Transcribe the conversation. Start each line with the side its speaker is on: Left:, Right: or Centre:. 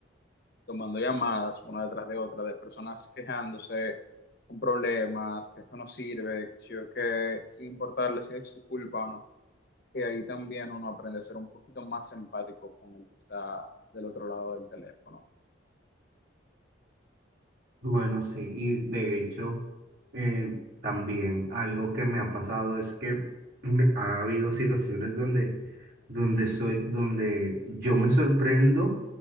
Left: tomando llamadas una detrás de otra de personas quejándose con problemas, que esto no sirve, que si yo que sin importarle si es su culpa o no, que ahí también uno aprende a ser un poquito más empático con el que está del otro lado del teléfono.
Right: Bueno, sí, y de hecho, eh, también algo que me ha pasado es que me- ha habido situaciones donde, donde soy, donde yo me sorprendo